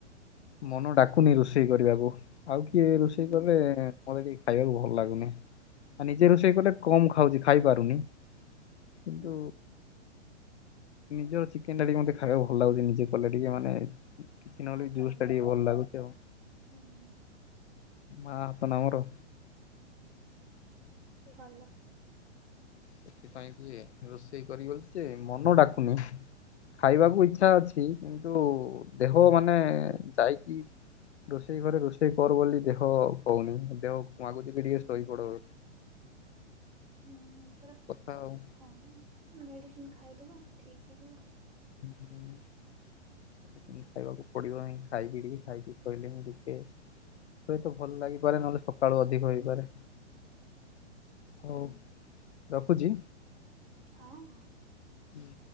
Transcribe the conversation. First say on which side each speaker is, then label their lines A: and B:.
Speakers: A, on the left; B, on the right.
A: ମନ ଡାକୁନି ରୋଷେଇ କରିବାକୁ ଆଉ କିଏ ରୋଷେଇ
B: ହୁଁ
A: କଲେ ମତେ ଟିକ ଖାଇବାକୁ ଭଲ ଲାଗୁନି, ଆ ନିଜେ ରୋଷେଇ କଲେ କମ ଖାଉଛି ଖାଇପାରୁନି। କିନ୍ତୁ
B: ହୁଁ
A: ନିଜ ଚିକେନ ଟା ଟିକେ ମତେ ଖାଇବାକୁ ଭଲ ଲାଗୁଚି ନିଜେ କଲେ ଟିକେ ମାନେ କିଛି ନହେଲେ
B: ହାତ
A: ବି ଜୁସ
B: ରନ୍ଧା
A: ଟା ଟିକେ ଭଲ
B: ଥିବ
A: ଲାଗୁଛି ଆଉ
B: ହୁଁ
A: ମା ହା ତ ନା ମୋର।
B: ଭଲ।
A: ସେଥିପାଇଁ କି ରୋଷେଇ କରିିବଲି ଯେ ମନ ଡାକୁନି। ଖାଇବାକୁ ଇଚ୍ଛା ଅଛି କିନ୍ତୁ ଦେହ ମାନେ ଯାଇକି ରୋଷେଇ ଘରେ ରୋଷେଇ କର ବୋଲି ଦେହ କହୁନି ଦେହ ମାଗୁଛିିକି
B: ହୁଁ
A: ଟିକେ ଶୋଇପଡ।
B: ହୁଁ ଥର।
A: କଥା ଆଉ।
B: ହଁ ମେଡିସିନ ଖାଇଦବ ଠିକ ହେଇଯିବ।
A: ଉଁ ମେଡ଼ିସିନ ଖାଇବାକୁ ପଡିବ ହିଁ ଖାଇକିିଟିକେ ଖାଇକି ଶୋଇଲେ ହିଁ ଟିକେ ହୁଏତ ଭଲ ଲାଗିପାରେ ନହେଲେ ସ କାଳୁ ଅଧିକ ହେଇପାରେ, ହଉ
B: ହୁଁ
A: ରଖୁଚି।
B: ହଁ ହଁ।
A: ହୁଁ।